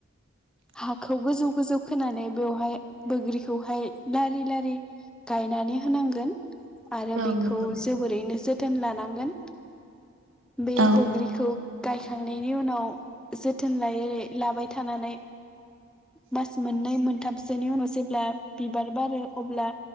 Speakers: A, in the centre; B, on the right.
A: हाखौ गोजौ गोजौ खोनानै बेवहाय बैग्रिखौहाय लारि लारि गायनानै होनांगोन आरो
B: औ
A: बेखौ
B: नंगौ
A: जोबोरै नो थोन लानांगोन बे
B: औ
A: बैग्रिखौ गायखांनायनि उनाव जोथोन लायै लाबाय थानानै मास मोननै मोन थामसोनि उनाव जेब्ला बिबार बारो अब्ला